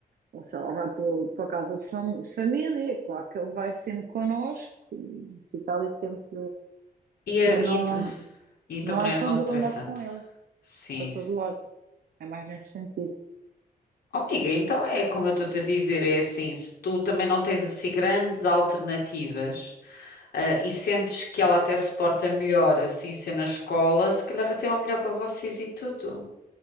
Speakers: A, on the right; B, on the left.
A: ou sei lá, vai para, para a casa de, fam- de família. Claro que ele vai sempre connosco e fica ali sempre,
B: E,
A: mas
B: é- e,
A: não,
B: t- e também
A: não
B: não
A: é
B: é
A: quando
B: tão estressante.
A: eu andar com ele,
B: Sim.
A: para todo
B: sim.
A: lado. É mais nesse sentido.
B: Oh, amiga, então é como eu estou-te a dizer, é assim, se tu também não tens assim grandes alternativas, ah, e sentes que ela até se porta melhor assim ser na escola, se calhar até é o melhor para vocês e tudo.